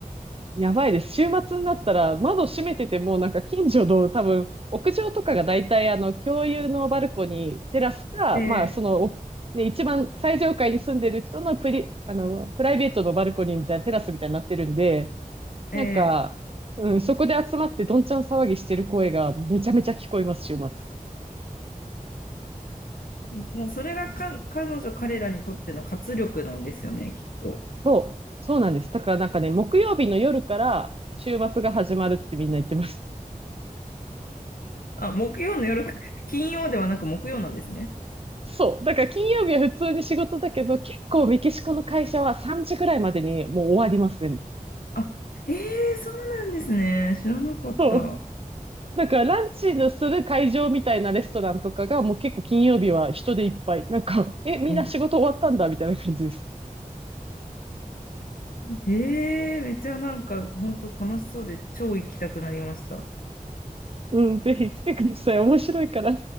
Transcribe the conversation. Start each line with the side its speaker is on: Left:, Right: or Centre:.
Right: やばいです。週末になったら窓閉めてても、なんか近所の多分、屋上とかが大体あの、共有のバルコニー、テラスか、
Left: ええ
Right: まあその、おね、一番最上階に住んでる人のプリ、あの、プライベートのバルコニーみたいなテラスみたいになってるんで、
Left: ええ
Right: なんか、うん、そこで集まってどんちゃん騒ぎしてる声がめちゃめちゃ聞こえます、週末。
Left: もうそれがか彼女彼らにとっての活力なんですよね、きっと。
Right: そう、そうなんです。だからなんかね、木曜日の夜から週末が始まるってみんな言ってます。
Left: あ、木曜の夜か、<laughs> 金曜ではなく木曜なんですね。
Right: そう。だから金曜日は普通に仕事だけど、結構メキシコの会社は3時ぐらいまでにもう終わりますね。
Left: あ、ええーそうなんですね。知らなかった。
Right: そう。だからランチのする会場みたいなレストランとかがもう結構金曜日は人でいっぱい。なんか、え、みんな仕事終わったんだみたいな感じです。
Left: え、ええめっちゃなんか本当楽しそうで超行きたくなりました。
Right: うん、ぜひ来てください。面白いから。